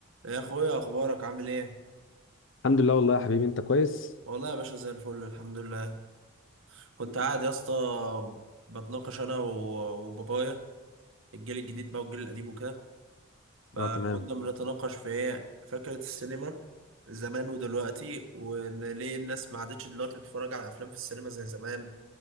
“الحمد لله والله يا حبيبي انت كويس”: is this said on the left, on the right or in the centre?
Left